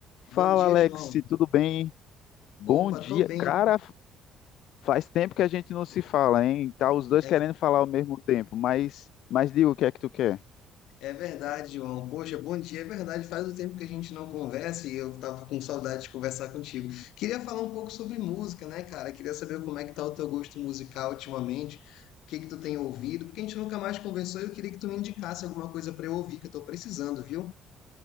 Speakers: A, on the left (about 75°); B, on the left (about 60°).
A: Bom
B: Fala,
A: dia,
B: Alex,
A: João.
B: tudo bem? Bom
A: Opa,
B: dia.
A: tô bem.
B: Cara, faz tempo que a gente não se fala, hein? Tá os dois
A: É,
B: querendo falar ao mesmo tempo, mas, mas diga o que é que tu quer?
A: é verdade, João. Poxa, bom dia, é verdade. Faz um tempo que a gente não conversa e eu tava com saudade de conversar contigo. Queria falar um pouco sobre música, né, cara? Queria saber como é que tá o teu gosto musical ultimamente, o que que tu tem ouvido, porque a gente nunca mais conversou e eu queria que tu me indicasse alguma coisa pra eu ouvir, que eu tô precisando, viu?